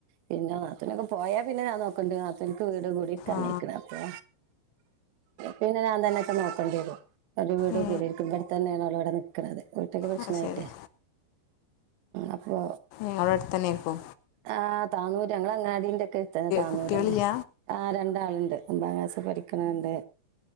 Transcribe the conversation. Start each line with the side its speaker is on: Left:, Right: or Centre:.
Right: പിന്നെ നാത്തുനൊക്കെ പോയാ പിന്നെ ഞാൻ നോക്കണ്ട് നാത്തൂന്ക്ക് വീട് കൂടി ഒക്കെ ആയിരിക്കണ്
Left: ആ
Right: അപ്പൊ പിന്നെ ഞാൻ തന്നെക്കെ നോക്കണ്ടി വരും ഓര് വീട്
Left: ഏ
Right: കുടീരിക്കുമ്പോഴ് തന്നെയാണ് ഓല് ഇവിടെ നിക്കണത് വീട്ടില് പ്രശ്നായിട്ടേ
Left: ആ ശരി
Right: അപ്പൊ
Left: ഓള് ആടെ തന്നെ ആരുക്കോ
Right: ആഹ് താന്നൂര് ഞങ്ങള് അങ്ങാടിന്റെ ഒക്കെ അട്ത്ത് താന്നൂരന്നെ
Left: കുട്ടികളില്ല
Right: ആ രണ്ടാളുണ്ട് ഒമ്പതാം ക്ലാസ് പഠിക്കണണ്ട്